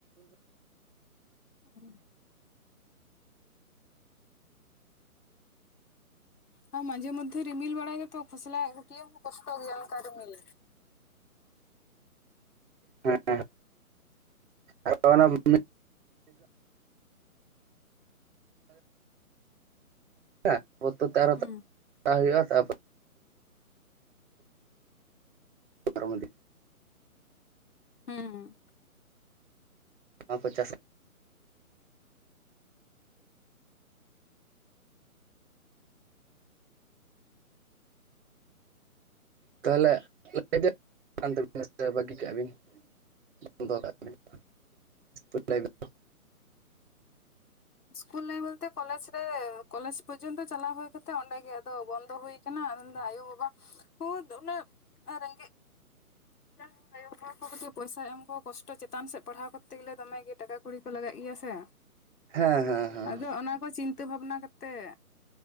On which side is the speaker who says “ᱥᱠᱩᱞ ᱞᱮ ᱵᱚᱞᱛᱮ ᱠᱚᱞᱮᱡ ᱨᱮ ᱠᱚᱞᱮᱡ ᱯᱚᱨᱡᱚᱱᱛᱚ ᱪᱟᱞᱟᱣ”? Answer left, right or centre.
Left